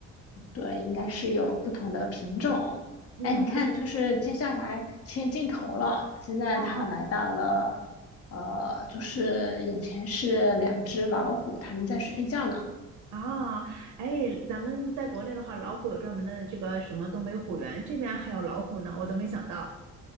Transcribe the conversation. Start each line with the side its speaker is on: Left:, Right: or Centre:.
Left: 对，应该是有不同的品种。
Right: 嗯，
Left: 哎，你看，
Right: 哦
Left: 就是接下来切镜头了，现在它来到了，
Right: 哦
Left: 呃，就是眼前是两只老虎，它们在睡觉呢。
Right: 啊，哎，咱们在国内的话，老虎有专门的这个什么东北虎园，这边还有老虎呢，我都没想到。